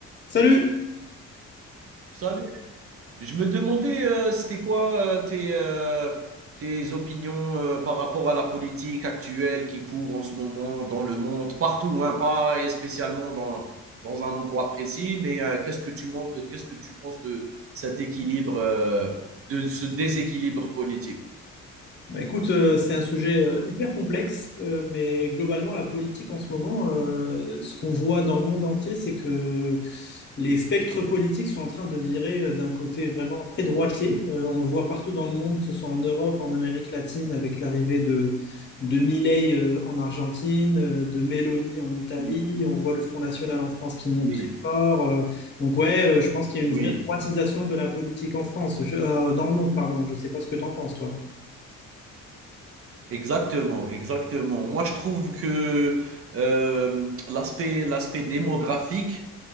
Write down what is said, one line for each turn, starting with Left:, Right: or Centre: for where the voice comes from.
Left: Salut!
Right: Salut. Je me demandais, euh, c'était quoi euh, tes, euh, tes opinions euh, par rapport à la politique actuelle qui court en ce moment dans le monde, partout, hein, pas spécialement dans, dans un endroit précis, mais euh, qu'est-ce que tu montes, qu'est-ce que tu penses de cet équilibre, euh, de ce déséquilibre politique?
Left: Bah écoute, euh, c'est un sujet euh, hyper complexe, euh, mais globalement, la politique en ce moment, euh, ce qu'on voit dans le monde entier, c'est que les spectres politiques sont en train de virer euh, d'un côté vraiment très droitier. Euh, on le voit partout dans le monde, que ce soit en Europe, en Amérique latine, avec l'arrivée de, de Milei euh, en Argentine, euh, de Meloni en Italie.
Right: Oui,
Left: On voit le Front National en France qui monte
Right: oui,
Left: très fort. Euh, donc ouais, euh, je pense qu'il y a une
Right: oui.
Left: vraie droitisation de la politique en France, Je- euh, dans le monde, pardon. Je sais pas ce que t'en penses, toi.
Right: Exactement, exactement. Moi, je trouve que euh, l'aspect, l'aspect démographique